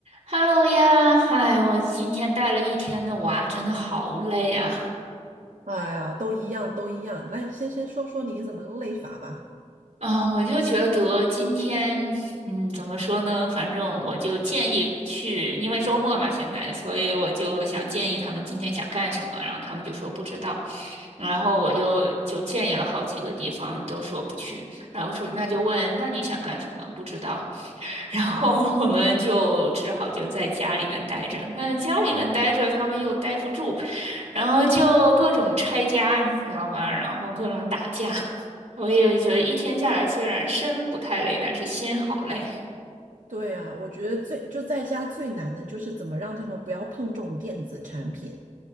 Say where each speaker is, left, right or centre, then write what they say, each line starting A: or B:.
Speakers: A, on the right; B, on the right.
A: Hello 呀，嗨，我今天带了一天的娃，真的好累啊！
B: 哎呀，都一样，都一样。来，先先说说你怎么个累法吧。
A: 啊，我就觉得今天，嗯，怎么说呢？反正我就建议去，因为周末嘛，现在，所以我就想建议他们今天想干什么，然后他们就说不知道，然后我就就建议了好几个地方，都说不去，然后说那就问，那你想干什么？不知道，然后 <laughs> 我们就只好就在家里面待着，嗯，家里面待着，他们又待不住。然后就各种拆家，你知道吗？然后各种打架。我也觉得一天下来，虽然身不太累，但是心好累。
B: 对呀，我觉得最就在家最难的就是怎么让他们不要碰这种电子产品。